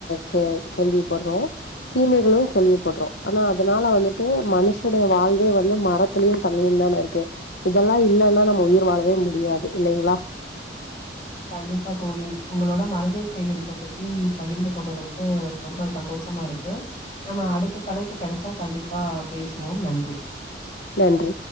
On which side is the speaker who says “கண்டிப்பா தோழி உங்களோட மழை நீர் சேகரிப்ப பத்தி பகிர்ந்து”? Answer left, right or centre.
Left